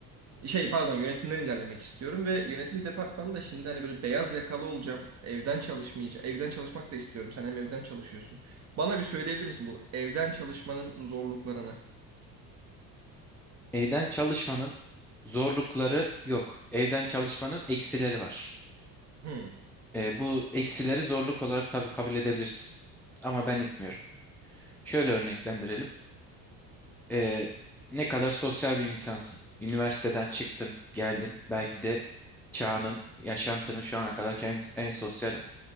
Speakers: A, on the right (about 30°); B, in the centre.
A: şey pardon yönetimden ilerlemek istiyorum ve yönetim departmanı da şimdi hani böyle beyaz yakalı olacağım. Evden çalışmayacağım. Evden çalışmak da istiyorum. Sen hem evden çalışıyorsun. Bana bir söyleyebilir misin bu evden çalışmanın zorluklarını?
B: Evden çalışmanın zorlukları yok. Evden çalışmanın eksileri var.
A: Hmm.
B: Ee, bu eksileri zorluk olarak tabii kabul edebilirsin. Ama ben etmiyorum. Şöyle örneklendirelim. Ee, ne kadar sosyal bir insansın. Üniversiteden çıktın, geldin. Belki de çağının, yaşantının şu ana kadar en, en sosyal